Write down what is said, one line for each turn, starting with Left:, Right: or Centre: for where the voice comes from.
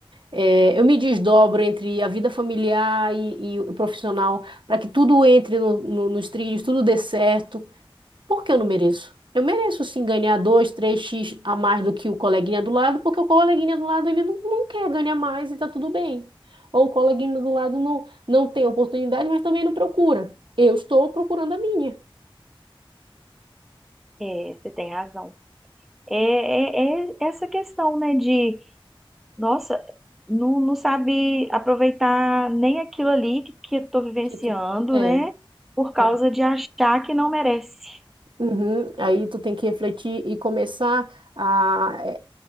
Right: eh, eu me desdobro entre a vida familiar e, e o profissional para que tudo entre no- no- nos trilhos, tudo dê certo. Por que eu não mereço? Eu mereço sim ganhar dois, três x a mais do que o coleguinha do lado, porque o coleguinha do lado ele não, não quer ganhar mais e tá tudo bem. Ou o coleguinha do lado não, não tem oportunidade, mas também não procura. Eu estou procurando a minha.
Centre: É, você tem razão. É, é- é essa questão, né, de, nossa, não, não sabe aproveitar nem aquilo ali que, que eu tô vivenciando,
Right: Que tu, é.
Centre: né, por causa
Right: é.
Centre: de achar que não merece.
Right: Uhum. Aí tu tem que refletir e começar a, é,